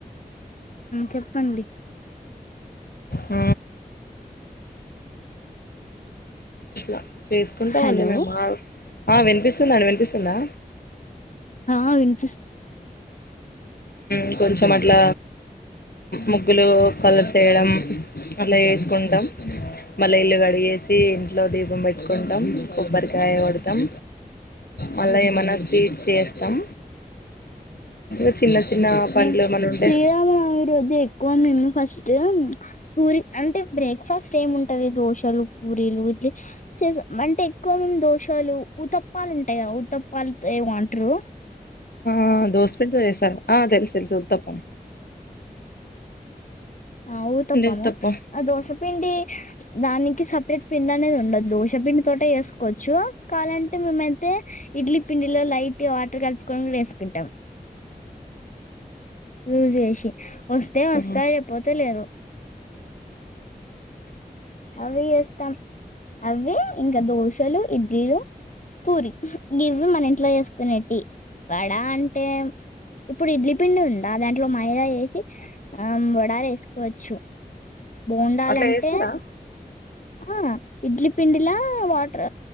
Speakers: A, on the left; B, on the left.
A: చెప్పండి
B: ఊ అట్లా వేసుకుంటా
A: హలో
B: ఉండి మేము మా ఆ వినిపిస్తుందండి వినిపిస్తుందా
A: ఆ విన్
B: ఉ కొంచం కొ అట్ల ముగ్గులు కలసేయడం అలా వేసుకుంటాం మళ్ళీ ఇల్లు కడిగేసి ఇంట్లో దీపం పెట్టుకుంటాం కొబ్బరికాయ కొడతాం మళ్ళ ఏమన్నా స్వీట్స్ వేస్తాం అలా చిన్న పనులు
A: మేం
B: ఏమైనా ఉంటే
A: శ్రీరామనవమి రోజు ఎక్కువంది మేము ఫస్ట్ పూరి అంటే బ్రేక్ఫాస్ట్ స్ ఏం ఉంటది దోశలు పూరీలు ఇట్ా అంటే ఎక్కువ దోశాలు ఉ తప్పాలు ఉంటాయిదా ఉ తప్పాలుతో ఏ వాంటరు
B: ఆ దోసపడ్ ద చేసార్ అదల్ తెలు చతప్పం
A: ఆ ఊ తప్పము
B: ఉత్తప్పం
A: ఆ దోశపిడి దానికి సపరేట్ పిండి అనేది ఉండదు దోశపిిండి తోట వేసుకో కోవచ్చు కావాలంటే మేముైతే ఇడ్లీ పిండిలో లైట్ వాటర్ కలుపుకొని వేసుకుంటాం రూజ అసి వస్తే వస్తా
B: మ్మ్
A: లేపోతే లేదు అవి చేస్తాం అవి ఇంకా దోశలు ఇడ్లీలు పూరి ఇవి ఇవి మన ఇంట్లో వసుకునేట్టి వడ అంటే ఇప్పుడు ఇడ్లీ పిండి ఉందా దాంట్లో మైదా వేసి ఆ వడాలు వేసుకోవచ్చు బండాలంటే
B: అట్లా చేస్తారా
A: ఆ ఇడ్లి పండి ఇలా వాటర్